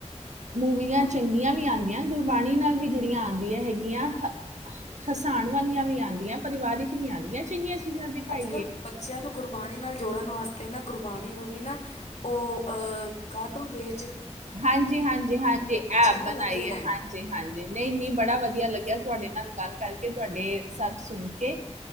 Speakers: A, on the right; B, on the left.
A: ਮੂਵੀਆਂ
B: ਹਾਂ
A: ਚੰਗੀਆਂ ਵੀ ਆਂਦੀਆਂ ਗੁਰਬਾਣੀ ਨਾਲ ਵੀ ਜੁੜੀਆਂ ਆਂਦੀਆਂ ਹੈਗੀਆਂ। ਹਸਾਣ ਵਾਲੀਆਂ ਵੀ ਆਂਦੀਆਂ, ਪਰਿਵਾਰਿਕ ਵੀ ਆਉਂਦੀਆਂ ਚੰਗੀਆਂ। ਚੀਜ਼ਾਂ ਦਿਖਾਈਏ
B: ਅੱਜ ਕੱਲ੍ਹ ਬੱਚਿਆਂ ਨੂੰ। ਗੁਰਬਾਣੀ ਨਾਲ ਜੋੜਨ ਵਾਸਤੇ ਨਾ ਗੁਰਬਾਣੀ ਨੂੰ ਵੀ ਨਾ ਉਹ ਅ ਕਾਰਟੂਨ ਵੇਚ।
A: ਹਾਂਜੀ-ਹਾਂਜੀ-ਹਾਂਜੀ ਐਪ
B: ਨਾ
A: ਬਣਾਈ
B: ਲੱਗੇ ਰਹਿਣ
A: ਹੈ। ਹਾਂਜੀ-ਹਾਂਜੀ ਨਹੀਂ-ਨਹੀਂ ਬੜਾ ਵਧੀਆ ਲੱਗਿਆ। ਤੁਹਾਡੇ ਨਾਲ ਗੱਲ ਕਰਕੇ ਤੁਹਾਡੇ ਸਭ ਸੁਣ ਕੇ।